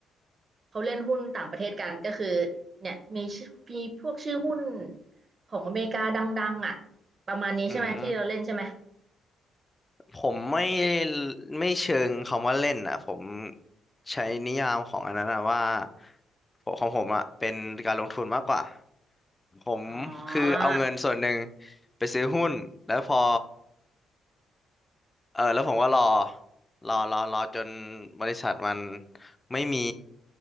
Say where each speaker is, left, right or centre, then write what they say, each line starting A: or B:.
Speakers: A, on the right; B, on the left.
A: เขาเล่นหุ้นต่างประเทศกันก็คือเนี่ยมีชื่อมีพวกชื่อหุ้นของอเมริกาดังๆอ่ะประมาณนี้ใช่ไหมที่เราเล่นใช่ไหม
B: อืม ผมไม่ไม่เชิงคำว่าเล่นอ่ะผมใช้นิยามของอันนั้นอะว่าผมของผมอ่ะเป็นการลงทุนมากกว่าผมคือเอาเงินส่วนหนึ่ง
A: อ๋อ
B: ไปซื้อหุ้นแล้วพอเออแล้วผมก็รอรอรอรอจนบริษัทมันไม่มี